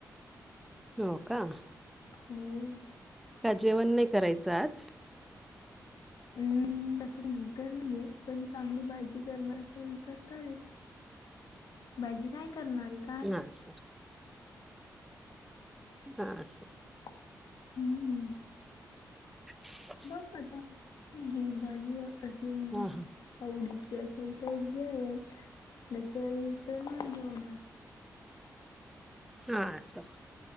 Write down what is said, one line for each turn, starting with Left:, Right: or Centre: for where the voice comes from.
Centre: हो का.
Left: हो.
Centre: का जेवण नाही करायचं आज?
Left: हम्म तसं मन तर नाहीय, पण चांगली भाजी करणार असेल तर करेल. भाजी काय करणार हाय गं
Centre: अ्छा <unintelligible> हा
Left: हम्म
Centre: हो <inaudible>
Left: बघ आता <inaudible> जी बाजी अस
Centre: हा हा
Left: आवडीची असेल तर जेवेल, नसेल तर नाही जेवनार.
Centre: हा अ स